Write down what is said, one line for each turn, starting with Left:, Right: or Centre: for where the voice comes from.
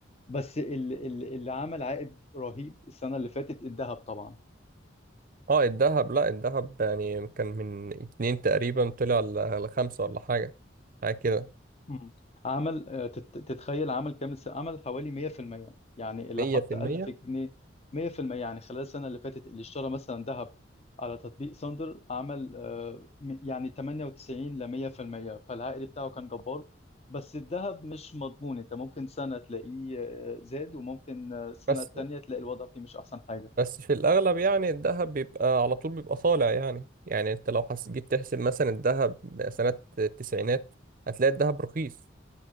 Left: بس ال- ال- اللي عمل عائد رهيب السنة اللي فاتت الذهب طبعا
Right: اه الذهب لا الذهب يعني كان من اتنين تقريبا طلع ل- لخمسة ولا حاجة حاجة كده
Left: مم. عمل آه، تت- تتخيل عمل كام س- عمل حوالي 100% يعني اللي
Right: مية
Left: حط
Right: في المية
Left: 1000 جنيه 100% يعني خلال السنة اللي فاتت اللي اشترى مثلا ذهب على تطبيق ساندر عمل آه، م- يعني 98 ل 100% فالعائد بتاعه كان جبار بس الذهب مش مضمون انت ممكن سنة تلاقيه آه، زاد وممكن آه، السنة
Right: بس
Left: التانية تلاقي الوضع فيه مش احسن حاجة
Right: بس في الأغلب يعني الذهب بيبقى على طول بيبقى طالع يعني يعني أنت لو حس- جيت تحسب مثلا الذهب سنة التسعينات هتلاقي الذهب رخيص